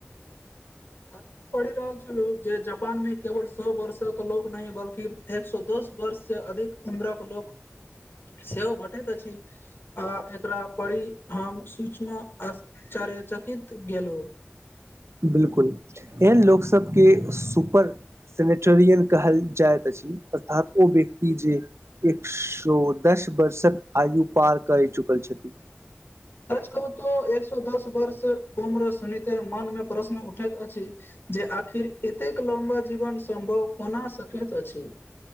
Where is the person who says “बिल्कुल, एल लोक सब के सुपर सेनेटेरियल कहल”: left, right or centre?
Right